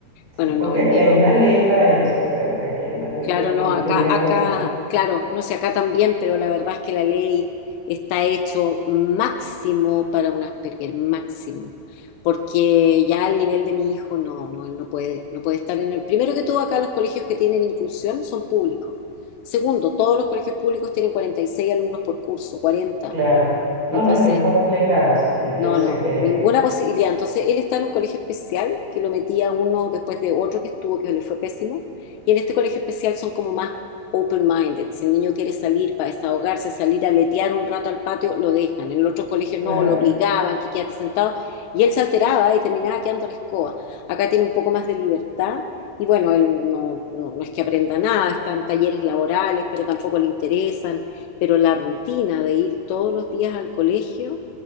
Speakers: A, on the right (about 20°); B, on the left (about 80°).
A: sí,
B: Bueno,
A: porque
B: no, el
A: aquí
B: mío
A: hay una ley para eso, o sea, que aquí hay una ley
B: Claro,
A: para que
B: no,
A: incluyan
B: acá, acá,
A: a los chamos.
B: claro, no sé, acá también, pero la verdad es que la ley está hecho máximo para un Asperger, máximo. Porque ya al nivel de mi hijo, no, no, él no puede, no puede estar en el. Primero que todo, acá los colegios que tienen inclusión son públicos. Segundo, todos los colegios públicos tienen 46 alumnos por curso, cuarenta
A: Claro. No,
B: Entonces,
A: no, es que es complicado, sí, yo, yo
B: no,
A: sé
B: no,
A: que,
B: ninguna posibilidad. Entonces, él está en un colegio especial que lo metía uno después de otro que estuvo, que le fue pésimo. Y en este colegio especial son como más open-minded. Si el niño quiere salir para desahogarse, salir a letear un rato al patio, lo dejan. En el otro colegio
A: claro,
B: no, lo obligaban, que quédate sentado. Y él se alteraba y terminaba quedando en la escoba. Acá tiene un poco más de libertad. Y bueno, él no, no, no es que aprenda nada, están talleres laborales, pero tampoco le interesan. Pero la rutina de ir todos los días al colegio